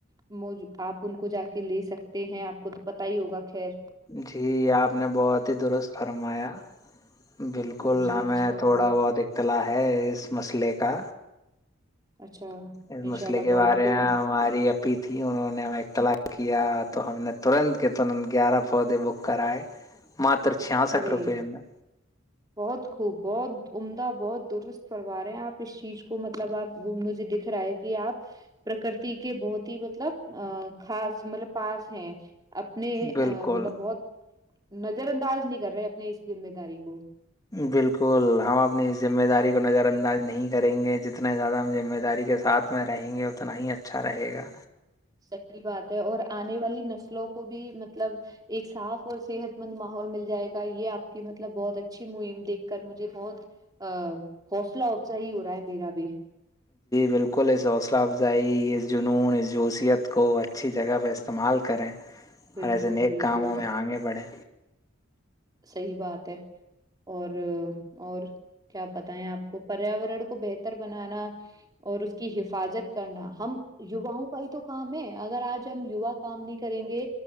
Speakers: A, on the right (about 20°); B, on the left (about 20°).
A: م آپ ان کو جا کے لے سکتے ہیں آپ کو پت ہی ہوگا خیر
B: جی آپ نے بہت ہی درست فرمایا بالکل
A: ہاں جی
B: ہمیں
A: انشاء اللہ
B: تھوڑا بہت اطلاع ہے اس مسئلے کا
A: اچھا
B: اس
A: انشاء
B: مسئلے
A: اللہ
B: کے
A: بہت
B: بارے
A: خوب
B: ہیں ہماری اپ تھی انہوں نے ہمیں اختلاق کیا تو ہم نے ترنت کے تنت گیارہ فودے بک کرا ہے ماتر چسٹھ
A: ارے
B: روپ میں
A: بہت خوب بہت عمدہ بہت درست فوا رہے ہیں آپ اس چیز کو مطلب آپ مجھے دکھ رہا ہے کہ آپ پرکرتی کے بہت ہی مطلب ا خاص مطلب پاس ہیں اپنے
B: بالکل
A: مطلب بہت نظر انداز نہیں کر رہے اپنی اس ذمہ داری کو
B: بالکل ہم اپنی اس ذمہ داری کو نظر انداز نہیں کریں گے جتنے زیادہ ہم ذمہ داری کے ساتھ ات میں رہیں گے اتنا ہی اچھا رہے گا
A: صحی بات ہے اور آنے والی نسلوں کو بھی مطلب ایک صاف اور صحت مند ماحول مل جائے گا یہ آپ کی مطلب بہت اچھی مہم دیکھ کر مجھے بہت ا حوصلہ حوفزا ہی ہو رہا ہے میرا بھی
B: بالکل اس حوصلہ افزائیت کو اچھی جگہ میں استعمال کریں
A: بالکل
B: اور ایسے نیک
A: بالکل
B: کاموں میں آگے بڑھیں
A: صحیح بات ہے اور اور کیا بتائیں آپ کو پریاورن کو بہتر بنانا اور اس کی حفاظت کرنا ہم یواؤں کا ہی تو کام ہے اگر آج ہم یوا کام نہیں کریں گے